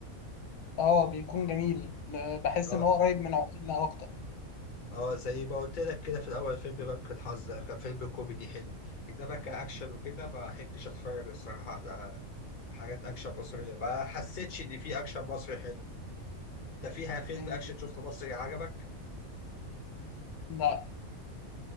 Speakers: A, on the left; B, on the left.
A: اه بيكون جميل م- بحس
B: اه
A: ان هو قريب من عقولنا اكتر
B: اه زي ما قلت لك كده في الاول فيلم بنك الحظ ده كان فيلم كوميدي حلو انما كاكشن وكده ما بحبش اتفرج الصراحه على حاجات اكشن مصريه ما حسيتش ان في اكشن مصري حلو انت فيها فيلم
A: مم.
B: اكشن شفته مصري عجبك
A: لا